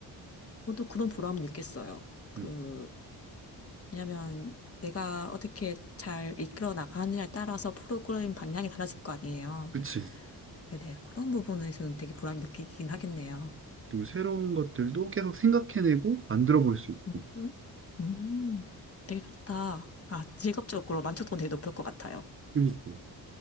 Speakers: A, on the left (about 35°); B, on the right (about 35°).
A: 저도 그런 보람은 있겠어요. 그,
B: 응.
A: 왜냐면 내가 어떻게 잘 이끌어 나가느냐에 따라서 프로그램 방향이 달라질 거 아니에요.
B: 그치.
A: 네네. 그런 부분에서는 되게 보람 느끼긴 하겠네요.
B: 그리고 새로운 것들도 계속 생각해내고 만들어 볼 수 있고.
A: 음, 음, 음. 되게 좋다. 아, 직업적으로 만족도는 되게 높을 것 같아요.
B: 그러니까.